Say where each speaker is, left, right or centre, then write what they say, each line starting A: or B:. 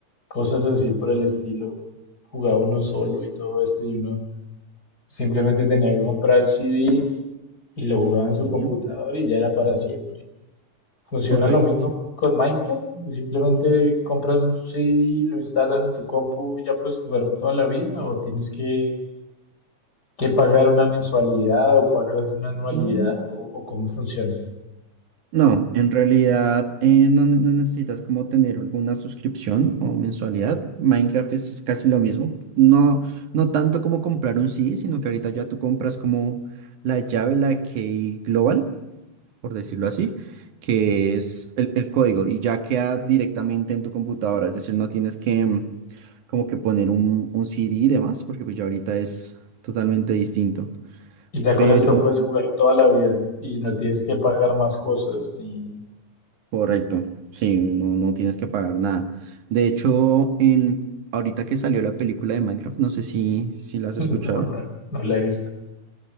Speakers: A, on the left; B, on the right.
A: cosas así por el estilo. Jugaba uno solo y todo esto y uno simplemente tenía que comprar el CD y lo jugaba en
B: Sí,
A: su computador y ya era para siempre. Funciona
B: correcto.
A: lo mismo
B: sí.
A: con Minecraft, simplemente compras un CD, lo instalas en tu compu y ya puedes jugar toda la vida o tienes que, que pagar una mensualidad o pagas una anualidad
B: No,
A: o o cómo funciona.
B: No, en realidad eh, no, ne- no necesitas como tener alguna suscripción o mensualidad. Minecraft es casi lo mismo. No, no tanto como comprar un CD, sino que ahorita ya tú compras como la llave, la key global, por decirlo así, que es el, el código y ya queda directamente en tu computadora. Es decir, no tienes que mm, como que poner un, un CD y demás, porque pues ya ahorita es totalmente distinto.
A: Y ya con
B: Pero
A: esto puedes jugar toda la vida y no tienes que pagar más cosas, ni...
B: Correcto, sí, no, no tienes que pagar nada. De hecho, en, ahorita que salió la película de Minecraft, no sé si, si la
A: <laughs>
B: has escuchado.
A: No, no, no la he visto.